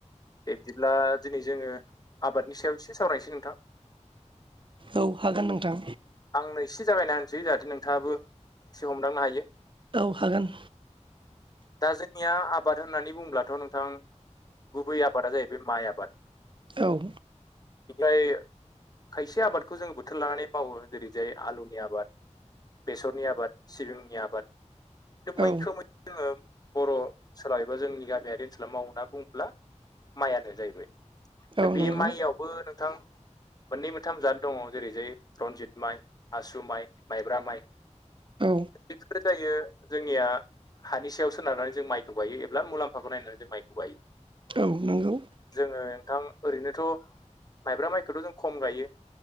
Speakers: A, on the left; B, on the right.
A: बेबब्दिब्ला दिनै जोङो आबादनि सायाव एसे सावरायनोसै नोंथां।
B: औ हागोन नोंथां।
A: आंनो एसे जागायना होनसै जाहाथे नोंथाङाबो एसे हमदांनो हायो
B: औ हागोन
A: दा जोंनिया आबाद होननानै बुंङब्लाथ नोंथां गुबै आबादा जाहैबाय माइ आबाद
B: औ
A: बिखाय खायसे आबादखौ जोङो बोथोर लानानै मावो जेरैजाय आलुनि आबाद बेसरनि आबाद सिबिंनि आबाद बिखो मैखोमै
B: औ
A: जोङो बर ओनसोलाव एबा जोंनि गामियारि ओनसोलाव माव होनना बुङोब्ला माइयानो जाहैबाय
B: औ
A: दा बे
B: नंगौ
A: माइयावबो नों थां मोननै मोनथाम जाद दङ जेरै जाय रनजित माइ आसु माइ माइब्रा माइ
B: औ
A: <unintelligible> जायो जोंनिया हानि सायाव सोनारनानै जों माइखौ गायो एब्ला मुलाम्फाखौ नायनानै जों माइखौ गायो
B: औ नोंगौ
A: जोङो नोंथां ओरैनोथ माइब्रा माइखौथ जों खम गायो